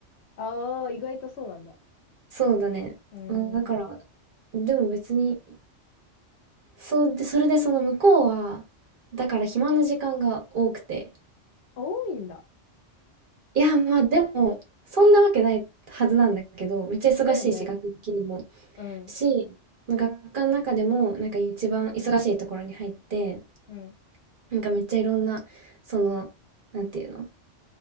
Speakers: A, on the left; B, on the right.
A: ああ、意外とそうなんだ。
B: そうだね。
A: うん。
B: まあだから、でも別に、そうで、それでその向こうは、だから暇な時間が多くて、
A: あ多いんだ。
B: いや、まあでも、そんなわけないはずなんだけど、めっちゃ忙しいし、
A: だよね。
B: 学的にも。
A: うん。
B: し、その学科の中でも、なんか一番忙しいところに入って、
A: うん。
B: なんかめっちゃいろんな、その、なんていうの、